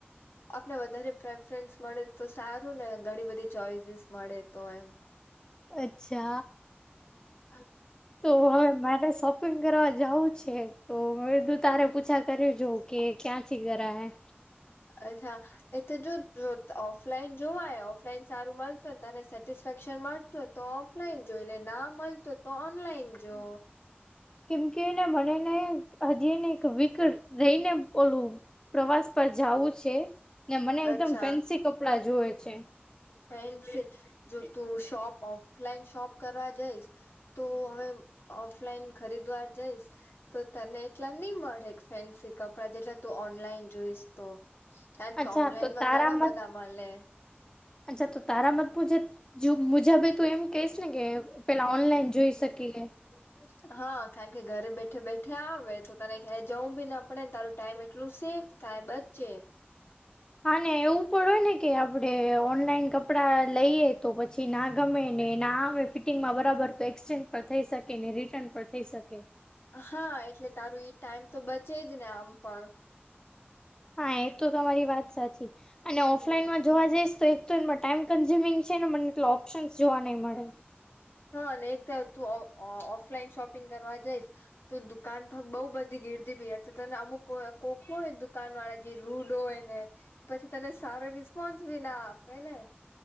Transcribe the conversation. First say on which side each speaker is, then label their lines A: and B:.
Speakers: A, on the left (about 65°); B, on the left (about 20°).
A: આપને વધારે પ્રેફરન્સ મળે તો સારું ને ઘણી બધી ચોઈસીસ મળે તો એમ
B: અચ્છા
A: અ
B: તો હવે મારે શોપિંગ કરવા જવું છે તો હ બીધું તારે પૂછા કરી જોઉં કે ક્યાં ચીખ જ હૈ
A: અચ્છા એ તો જો જો ઓફલાઈન જોવાય ઓફલાઈન સારું મળત તને સેટિસફેક્શન મળતું હોય તો ઓફલાઈન જો એટલે ના મળત હોય તો ઓનલાઈન જો
B: કેમ કે એને મનેને હજી એને એક વીક રહી ને ઓોલું પ્રવાસ પર જવું છે ને મને એકદમ
A: અચ્છા
B: ફેન્સી કપડા જોવે છે.
A: ફેન જો તું શોપ ઓફલાઈન શોપ કરવા જઈશ તો હવે ઓફલાઈન ખરીદવાર જઈશ તો તને એટલા નહી મળે ફેન્સી કપડાં જેટલા તું ઓનલાઈન જોઈશ તો કારણ
B: અચ્છા
A: કે ઓનલાઈન
B: તો
A: માં
B: તારા
A: ઘણા
B: મત
A: બધા મળે
B: અચ્છા તો તારા મત મુજ જો મુજાબ તું એમ કશ ને કે પેલા ઓનલાઈન જોઈ શકીએ
A: બ હા કારણ કે ઘરે બેઠે બેઠે આવે તો તને ક્યાંય જવું બી ના પડે ને તારું ટાઈમ એટલું સેવ સાહેબધ છે.
B: હાને એવું પણ હોય ને કે આપડે ઓનલાઈન કપડાં લઈએ તો પછી નાખ ગમે ને ના ફિટિંગમાં બરાબર તો એક્સચેન્જ પણ થઈ શકે ને રિટર્ન પણ થઈ શકે
A: હા એટલે તારું ઈ ટાઈમ તો બચે જ ને આમ પણ
B: હા એ તો તમારી વાત સાચી અને ઓફલાઈનમાં
A: હમ
B: જોવા જઈશ તો એક તો એમાં ટાઈમ કન્ઝ્યુમિંગ છે ને મને એટ ઓપ્શનસ જોવા નહીં મળે
A: હા ને એક તર તું ઓફલાઈન શોપિંગ કરવા જઈશ તો દુકાન બઉુ બધી ગીરતી પીયાર છે તને અમુક કોકુંય દુકાન વાળા જે રૂડ હોય ને પછી તને સારો રિસ્પોન્સ બી ના આપે ને